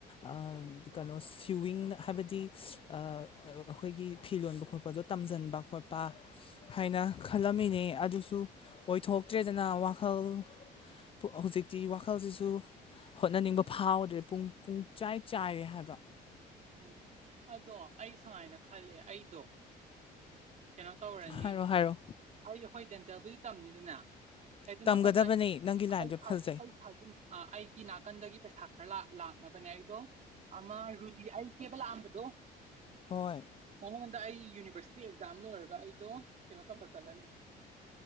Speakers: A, on the left; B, on the right.
A: ꯑꯥ ꯀꯩꯅꯣ ꯁꯤꯋꯤꯡ ꯍꯥꯏꯕꯗꯤ ꯑ ꯑ-ꯑ-ꯑꯩꯈꯣꯏꯒꯤ ꯐꯤ ꯂꯣꯟꯕ ꯈꯣꯠꯄꯗꯣ ꯇꯝꯖꯟꯕ ꯈꯣꯠꯄ ꯍꯥꯏꯅ ꯈꯜꯂꯝꯃꯤꯅꯦ ꯑꯗꯨꯁꯨ ꯑꯣꯏꯊꯣꯛꯇ꯭ꯔꯦꯗꯅ ꯋꯥꯈꯜ ꯄꯨ ꯍꯧꯖꯤꯛꯇꯤ ꯋꯥꯈꯜꯁꯤꯁꯨ ꯍꯣꯠꯅꯅꯤꯡꯕ ꯐꯥꯎꯗ꯭ꯔꯦ ꯄꯨꯡ ꯄꯨꯡꯆꯥꯏ ꯆꯥꯏꯔꯦ ꯍꯥꯏꯕ꯫
B: ꯎꯝ ꯑꯗꯣ ꯑꯩ ꯁꯃꯥꯏꯅ ꯈꯜꯂꯦ ꯑꯩꯗꯣ ꯀꯩꯅꯣ ꯇꯧꯔꯅꯤ
A: ꯍꯥꯏꯔꯣ ꯍꯥꯏꯔꯣ
B: ꯑꯩ ꯑꯩꯈꯣꯏ ꯗꯦꯟꯇꯦꯜꯕꯨꯗꯤ ꯇꯝꯅꯤꯗꯅꯦ ꯑꯩꯗꯨ
A: ꯇꯝꯒꯗꯕꯅꯦ
B: ꯅꯥꯀꯟꯗ ꯑꯩ
A: ꯅꯪꯒꯤ ꯂꯥꯏꯟꯗꯣ ꯐꯖꯩ
B: ꯑꯩ ꯁꯥꯏ ꯑꯩ ꯑꯩꯒꯤ ꯅꯥꯀꯟꯗꯒꯤ ꯄꯩꯁꯥ ꯈꯔ ꯂꯥꯛ ꯂꯥꯛꯅꯕꯅꯦ ꯑꯩꯗꯣ ꯑꯃ ꯔꯨꯗꯤ ꯑꯩ ꯀꯦꯕ ꯂꯥꯛꯑꯝꯕꯗꯣ
A: ꯍꯣꯏ
B: ꯃꯉꯣꯟꯗ ꯑꯩ ꯌꯨꯅꯤꯚꯔꯁꯤꯇꯤ ꯑꯦꯛꯖꯥꯝ ꯂꯣꯏꯔꯒ ꯑꯩꯗꯣ ꯀꯩꯅꯣ ꯇꯝꯕ ꯆꯠꯂꯅꯤ